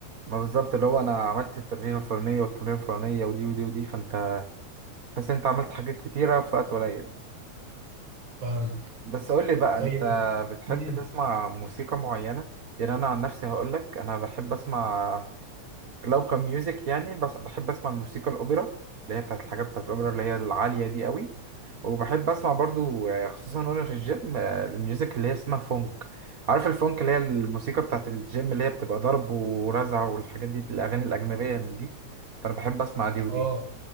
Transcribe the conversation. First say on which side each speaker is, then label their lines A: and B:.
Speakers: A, on the right; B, on the right.
A: ما بالظبط اللي هو أنا عملت التمرين الفلانية والتمرين الفلانية ودي ودي ودي فأنت بس أنت عملت حاجات كتيرة في وقت قليل
B: فاهمك
A: بس قولي بقى
B: طيب
A: أنت بتحب
B: امم
A: تسمع موسيقى معينة يعني أنا عن نفسي هقولك أنا بحب أسمع لو كميوزك يعني بس بحب اسمع الموسيقى الاوبرا اللي هي بتاعت الحاجات بتاعت الاوبرا اللي هي العاليه دي قوي وبحب اسمع برضو آه، خصوصا وانا في الجيم آه، الميوزك اللي هي اسمها فونك عارف الفونك اللي هي الموسيقى بتاعت الجيم اللي هي بتبقى ضرب ورزع والحاجات دي الاغاني الاجنبيه من دي فانا بحب اسمع دي ودي
B: اه